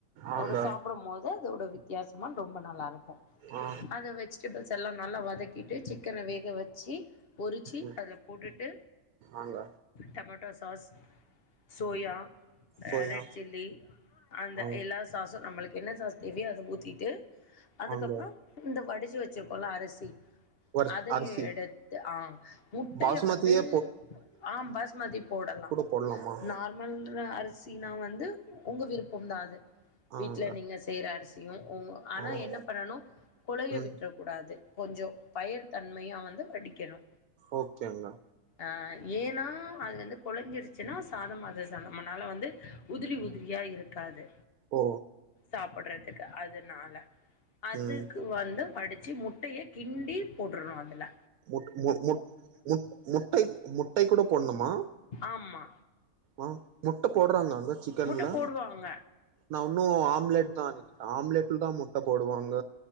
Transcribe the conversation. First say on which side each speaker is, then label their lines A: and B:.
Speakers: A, on the right (about 80°); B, on the left (about 45°).
A: ஆங்க
B: ஒரு சாப்புடும் போது அதோட வித் வித்தியாசமா ரொம்ப நல்லா இருக்கு
A: ஆ
B: அத வச்சு டெபிள்ஸ் எல்லா நல்லா வதக்கிட்டு சிக்கன வேக வச்சு பொறிச்சி
A: ம்
B: அதுல போட்டுட்டு
A: ஆங்க
B: tomato sauce soya
A: soya
B: red chilli அந்த
A: ஆ
B: எல்லா சாசும் நம்மளுக்கு என்ன சாஸ் தேவையோ அத ஊத்திட்டு அதுக்கப்றோ
A: ஆங்க
B: இந்த வடிச்சு வச்சுருக்கோல்லா அரிசி
A: வரி
B: அதையு
A: அரிசி
B: எடுத்து ஆ முட்டைய
A: பாசுமதியே
B: வந்து ஆம் பாஸ் மாதிரி போடலா
A: போட்லாமா
B: மெல்ர அரிசினா வந்து உங்க விருப்பம் தா அது வீட்ல
A: ஆங்க
B: நீங்க செய்ற அரிசியு உங்க ஆனா
A: ஆ
B: என்ன பண்ணனு கொழைய
A: ம்
B: விட்றனு கூடாது கொஞ்சோ பயர் தன்மையா வந்து வடிக்கணு
A: ஓகேங்க
B: ஆ ஏன்னா அது வந்து கொழஞ்சிருச்சுனா சாதம் அது சாதம் நம்மனால வந்து உதிரி உதிரியா இருக்காது
A: ஓ
B: சாப்புட்றதுக்கு அதுனால அதுக்கு
A: ம்
B: வந்து வடுச்சு முட்டைய கிண்டி போட்றணு அதுல
A: முட் மு முட் முட் முட்டை கூட முட்டை கூட போட்னுமா
B: ஆமா
A: ஆ முட்ட போட்றாங்க அங்க சிக்கன்ல
B: முட்டை போடுவாங்க
A: நா இன்னு ஆம்லெட் தான் ஆம்லெட்ல தா முட்ட போடுவாங்க